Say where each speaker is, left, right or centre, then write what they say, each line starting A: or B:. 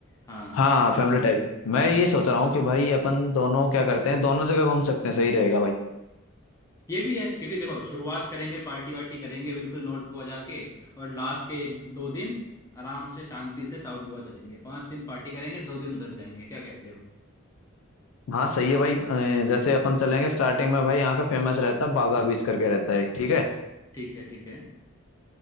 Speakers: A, on the left; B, on the left.
A: हाँ
B: हाँ फैमिली टाइप मैं ये सोच रहा हूँ कि भाई अपन दोनों क्या करते हैं दोनों जगह घूम सकते हैं सही रहेगा भाई
A: ये भी है क्योंकि देखो शुरुआत करेंगे पार्टी वार्टी करेंगे बिल्कुल नॉर्थ गोवा जाके और लास्ट के एक दो दिन आराम से शांति से साउथ गोवा चलेंगे पांच दिन पार्टी करेंगे दो दिन उधर जाएंगे क्या कहते हो
B: हाँ सही है भाई अ, जैसे अपन चलेंगे स्टार्टिंग में भाई यहाँ का फेमस रहता है बागा बीच करके रहता है एक, ठीक है
A: ठीक है ठीक है